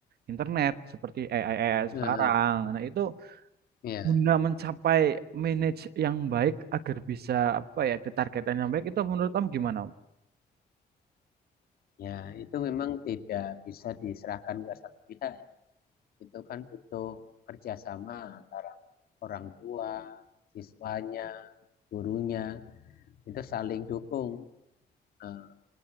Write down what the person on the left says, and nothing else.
nah,
ya,
ya itu memang tidak bisa diserahkan ke satu pihak. Itu kan butuh kerjasama antara orang tua, siswanya, gurunya, itu saling dukung. Nah,